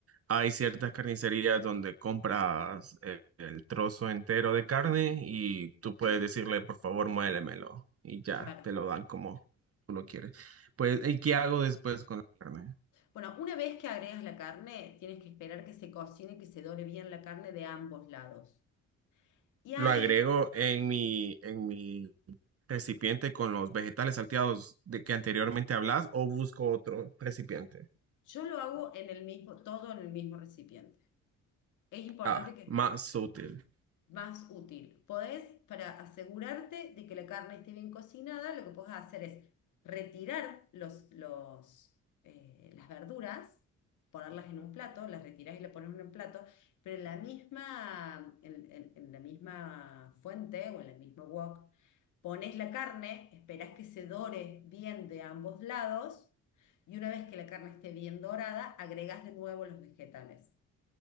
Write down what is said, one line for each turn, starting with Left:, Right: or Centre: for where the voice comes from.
Right: hay ciertas carnicerías donde compras eh, el trozo entero de carne y tú puedes decirle, por favor, muélemelo. Y ya,
Left: Claro.
Right: te lo dan como tú lo quieres. Pues, ¿y qué hago después con la carne?
Left: Bueno, una vez que agregas la carne, tienes que esperar que se cocine y que se dore bien la carne de ambos lados. Y ahí
Right: Lo agrego en mi, en mi recipiente con los vegetales salteados de que anteriormente hablas o busco otro recipiente.
Left: yo lo hago en el mismo, todo en el mismo recipiente. Es importante
Right: Ah,
Left: que
Right: más útil.
Left: más útil. Podés, para asegurarte de que la carne esté bien cocinada, lo que podés hacer es retirar los, los, eh, las verduras, ponerlas en un plato, las retirás y las pones en un plato, pero en la misma, en, en- en la misma fuente o en el mismo wok, pones la carne, esperás que se dore bien de ambos lados. Y una vez que la carne esté bien dorada, agregás de nuevo los vegetales.